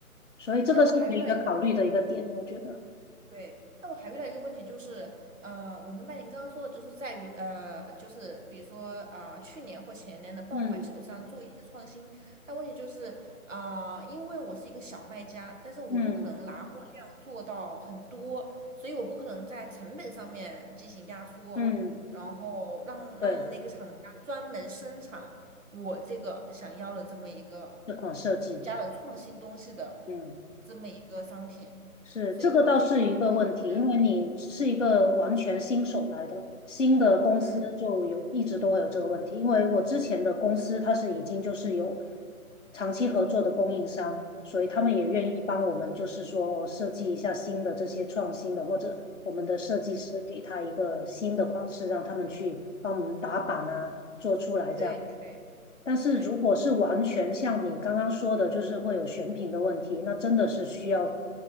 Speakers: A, on the left (about 55°); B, on the right (about 60°).
A: 所以这个是可以一个考虑的一个点，
B: 但我还遇到一个
A: 我觉得。
B: 对，但我还遇到一个问题就是，呃，我明白您刚刚说的，就是在于，呃，就是比如说，呃，去年或前年的爆款基础上做一些创新，
A: 嗯
B: 但问题就是，啊、因为我是一个小卖家，但是我不可能拿货量做到很多，
A: 嗯
B: 所以我不可能在成本上面进行压缩，
A: 嗯，
B: 然后让让那个厂家专门生产我这个想要的这么一个
A: 对，这款设计，
B: 加了创新东西的
A: 嗯。
B: 这么一个商品。
A: 是，
B: 所以我觉得这一点
A: 这个倒是一个问题，
B: 挺能，
A: 因为你是一个完全新手来的，新的公司就有一直都会有这个问题。
B: 嗯
A: 因为我之前的公司它是已经就是有长期合作的供应商，所以他们也愿意帮我们，
B: 嗯
A: 就是说哦设计一下新的这些创新的，或者我们的设计师给他一个新的款式，
B: 嗯，
A: 让他们去帮我们打版啊，做出来这样。
B: 对对对
A: 但是如果是完全像你刚刚说的，
B: 对，
A: 就是会有选品的问题，那真的是需要